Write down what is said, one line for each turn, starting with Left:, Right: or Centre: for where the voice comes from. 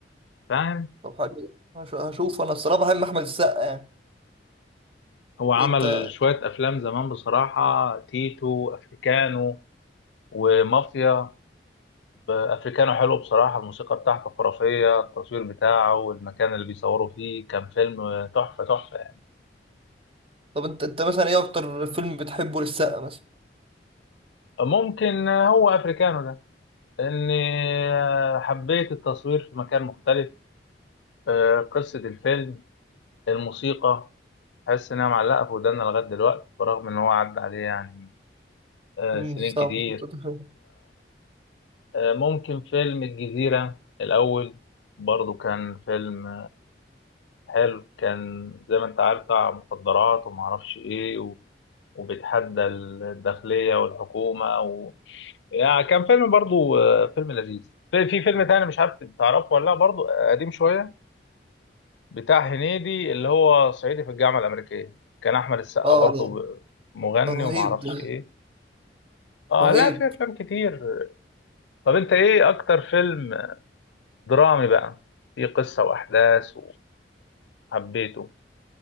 Left: فاهم
Right: طب حبيبي هش- هشوف انا الصراحه بحب احمد السقا يعني
Left: هو عمل
Right: إيه انت
Left: شويه افلام زمان بصراحه تيتو افريكانو ومافيا ب- افريكانو حلو بصراحه الموسيقى بتاعته خرافيه التصوير بتاعه والمكان اللي بيصوروا فيه كان فيلم آه، تحفه تحفه يعني
Right: طب انت انت مثلا ايه اكتر فيلم بتحبه للسقا مثلا
Left: ممكن آه، هو افريكانو ده إني آه، حبيت التصوير في مكان مختلف آه، قصة الفيلم الموسيقى حاسس إنها معلقة في ودانا لغاية دلوقتي برغم إن هو عدى عليه يعني آه،
Right: امم
Left: سنين
Right: صح
Left: كتير
Right: صح، صح.
Left: آه، ممكن فيلم الجزيرة الأول برضو كان فيلم حلو كان زي ما أنت عارف بتاع مخدرات ومعرفش إيه و... وبيتحدى الداخلية والحكومة و... يعني كان فيلم برضو آه، فيلم لذيذ في في فيلم تاني مش عارف تعرفه ولا لا برضو آه، قديم شوية بتاع هنيدي اللي هو صعيدي في الجامعة الأمريكية كان أحمد السقا
Right: اه
Left: برضه
Right: ده
Left: ب- مغني
Right: ده رهيب
Left: ومعرفش
Right: ده
Left: إيه آه
Right: رهيب
Left: لا في أفلام كتير طب أنت إيه أكتر فيلم درامي بقى فيه قصة وأحداث وحبيته